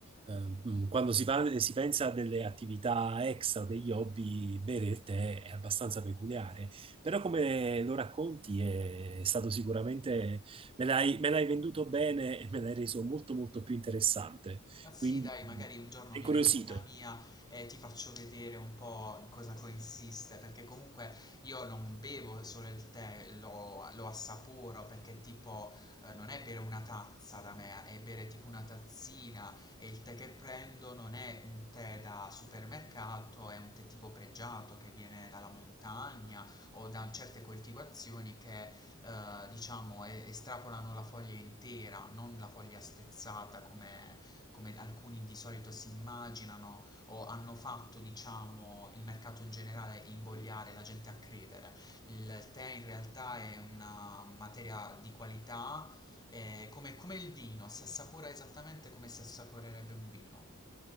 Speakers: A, on the right (about 25°); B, on the left (about 20°).
A: eh, mm, quando si, parla- si pensa a delle attività extra o degli hobby, bere il tè è abbastanza peculiare, però come lo racconti è stato sicuramente, me l'hai me l'hai venduto bene e me l'hai reso molto molto più interessante,
B: Ma sì,
A: quindi
B: dai, magari
A: mm,
B: un giorno
A: è
B: vieni
A: incuriosito.
B: a casa mia e ti faccio vedere un po' in cosa consiste, perché comunque io non bevo solo il tè, lo, lo assaporo, perché tipo eh, non è bere una tazza da me, è bere tipo una tazzina e il tè che prendo non è un tè da supermercato, è un tè tipo pregiato che viene dalla montagna o da certe coltivazioni che eh, diciamo, e- estrapolano la foglia intera, non la foglia spezzata come, come alcuni di solito si immaginano o hanno fatto, diciamo, il mercato in generale invogliare la gente a credere. Il tè in realtà è una materia di qualità, è come, come il vino, si assapora esattamente come si assaporerebbe un vino.